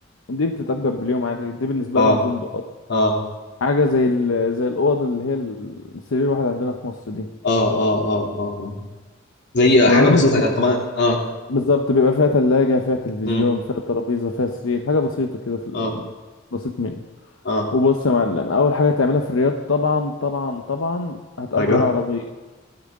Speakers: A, on the left; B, on the left.
A: دي بتتأجر باليوم عادي دي بالنسبه
B: اه
A: لهم فندق
B: اه
A: حاجة زي ال... زي الأوض اللي هي السرير الواحد عندنا في مصر دي
B: اه اه اه اه آه. زي
A: تمام
B: حاجه بسيطه
A: دي
B: طبعا اه
A: بالظبط بيبقى فيها تلاجة فيها تلفزيون
B: امم
A: فيها ترابيزة فيها سرير حاجة بسيطة كده في ال...
B: اه
A: بسيط منه
B: اه
A: وبص يا معلم أول حاجة تعملها في الرياض طبعا طبعا طبعا هتأجر
B: ايوه
A: عربية